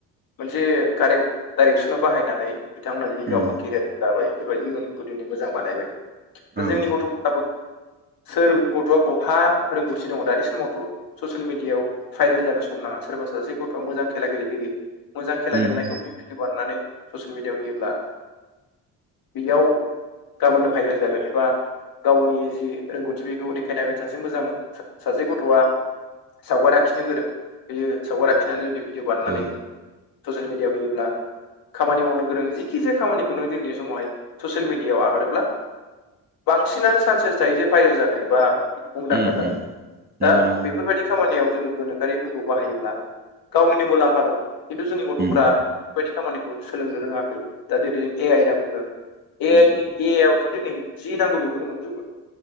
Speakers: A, on the left; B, on the right.
A: मोनसे कारेक्ट डाइरेक्सनाव बाहायनानै बिथांमोना दिनै
B: उम
A: गावनि केरियारखौ दाबाय एबा इयुनखौ दिनै मोजां बानायबाय दा
B: औ
A: जोंनि
B: उम
A: गथ सोर गथआ बहा रोंगथि दङ दानि समावथ ससियेल मिडियाआव भाइरेल जानो सम नाङा सोरबा सासे गथ'आ मोजां खेला गेलेगिरि मोजां खेला
B: नंगौ
A: गेलनायखौ बे भिडिअ बानायनानै ससियेल मिडियाआव होयोब्ला बेयाव गाबोननो फाभाइरेल जागोन एबा गावनि जि रोंगौथि बेखौ देखायनो हागोन सासे मोजां सासे गथआ सावगारि आखिनो गोरों बेयो सावगारि आखिनानै
B: नंगौ
A: जुदि बानायनानै
B: औ
A: ससियेल मिडियाआव फैयोब्ला खामानि मावनो गोरों जिखि जाया खामानि खुनु दिननि समावहाय ससियेल मिडियाव आगारोब्ला बांसिनानो चान्सेस थायो जे भाइरेल जागोन एबा मुंदांखा
B: उम
A: जागोन
B: उम नंगौ
A: दा
B: नंगौ
A: बेफोरबायदि खामानियाव जों गोनोखोआरिफोरखौ बाहायोब्ला गावनिनो मुलाम्फा दङ खिन्थु जोंनि गथफ्रा
B: उम
A: बेबायदि सोलोंनो रोङाखै दा जेरै जों ए आइ होनना बुंदों
B: उम
A: ए
B: उम
A: नि ए आइ आवथ' दिनै जि नांगौ बेखौनो मोनजोबगोन